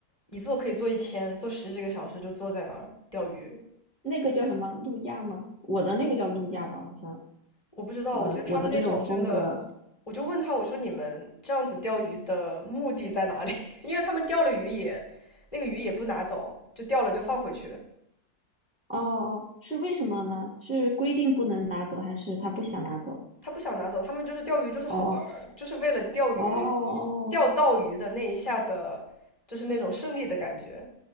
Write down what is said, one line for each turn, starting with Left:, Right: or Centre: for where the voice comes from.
Left: 一坐可以坐一天，坐十几个小时就坐在那儿钓鱼。
Centre: 那个叫什么路亚吗？我的那个叫路亚吧，好像。
Left: 我不知道，
Centre: 我我的这种风格，
Left: 我觉得他们那种真的，我就问他，我说你们这样子钓鱼的目的在哪里？<laughs> 因为他们钓了鱼也，那个鱼也不拿走，就钓了就放回去，
Centre: 哦哦，是为什么呢？是规定不能拿走，还是他不想拿走？
Left: 他不想拿走，他们就是钓鱼就是好玩儿就是为了钓鱼，
Centre: 哦哦哦哦
Left: 钓到鱼的那一下的，就是那种胜利的感觉。